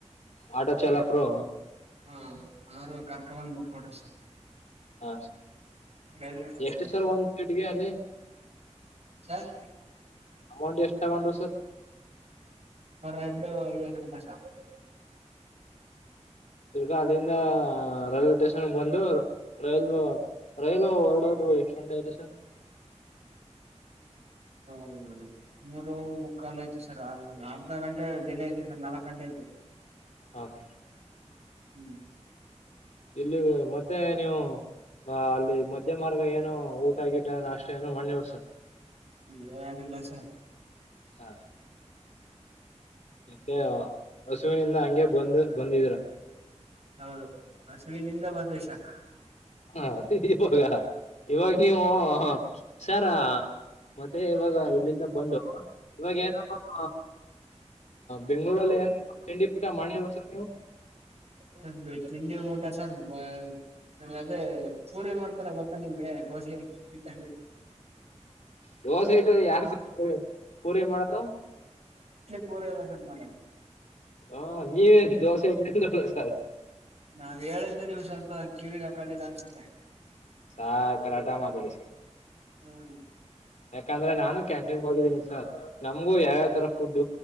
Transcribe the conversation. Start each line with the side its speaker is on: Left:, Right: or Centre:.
Left: ಆಟೋ ಚಾಲಕರು
Right: ಹಾ ಅವರು ಕರ್ಕ ಬಂದ ಬಿಟ್ಕ ಕೊಟ್ರಿ ಸರ್
Left: ಹಾ ಸ
Right: ರೈಲ್ವೆ ಸ್ಟೇಷನ್
Left: ಎಷ್ಟು ಸರ್ ಒಂದ್ ಸೀಟ್ಗೆ ಅಲ್ಲಿ
Right: ಸರ್
Left: ಅಮೌಂಟ್ ಎಷ್ಟು ತಗೊಂಡರು ಸರ್
Right: ರೆಡು ಐ ರೂಪಾಯ ಶಪ
Left: ಹರ್ಗ ಅಲ್ಲಿಂದ ರೈಲ್ವೆ ಸ್ಟೇಷನ್ ಬಂದು ರೈಲ್ ರೈಲು ಹೊರ್ಡದು ಎಕ್ಸ್ಟ್ರಂಡ ಆ ಸರ್
Right: ಹ್ಮ್ ಮೂರು ಮುಕ್ಕಾಲು ಯ್ು ಸರ್ ಅರ್ಧ ಗಂಟೆ ಡಿಲ ಆಐ್ತ ಸರ್ ನಾಲ್ಕು ಗಂಟೆ ಆಯ್ತು
Left: ಹಾಂ ಸರ್
Right: ಹ್ಮ್
Left: ಇಲ್ಲಿ ಮತ್ತೆ ನೀವು ಅಲ್ಲಿ ಮಧ್ಯ ಮಾರ್ಗ ಏನುೋ ಊಟ ಆಗಿಟ್ಟ ನ ಅಷ್ಟ ಏನುೋ ಮಾಡಣ್ಣವಸರ್
Right: ಈ ಏನ ಇಲ್ಲಸ
Left: ಹಾ ಮತ್ತೆ ಹಸುವಿನಿಂದ ಹಂಗೆ ಬಂದು್ ಬಂದಿದ್ರ
Right: ಹೌದು ಹಸುವಿನಿಂದ ಬದ ಶಕ
Left: ಹಾವಾಗ ಇವಾಗ ನೀವು ಸರ ಮತ್ತೆ ಹಾಗ ಇಲ್ಲಿಂದ ಬಂದು ಇವಾಗ ಏನು ಹ ಬೆಂಗಗಳೂರಲ್ಲಿ ಏನು ಚಂಡಿ ಪುಟ ಮಾಡಿವಸ ನೀವು
Right: ಹು ನಿಗೆ ಪ್ರಸರ್ ಹ ಅದೇ ಪೂರಿ ಮಾಡ್ತಾರ ಗೊತ್ತಾ ನಿಮ್ಗೆ ಗೋಸೆ ಇತ
Left: ದೋಸೆ ಇಟ್ಟ ಯಾರ ಪೂರಿ ಮಾಡದು
Right: ಪೂರ ಎಲ್ಲ ಸರ್ ಮಾಡದು
Left: ಹಾ ನೀವೇನ್ ದೋಸೆ ಇಟ್ಲ್ಲ ಸರ್
Right: ನಾವ್ ಹೇಳ್ದು ನೀವು್ ಸ್ವಲ್ಪ ಕಿವಿ ಹಾಕೊಂಡಿಲ್ಲ ಅನ್ಸುತ್ತೆ
Left: ಸಾರ್ ಕರಾಟ ಮಾತಾಡಿ ಸರ್
Right: ಹ್ಮ್
Left: ಯಾಕಂದ್ರೆ ನಾನು ಕ್ಯಾಂಟನ್ ಹೋಗಿದ್ದೀನಿ ಸ ನಮ್ಗೂ ಯಾವ ಯಾವ ತರ ಫುಡ್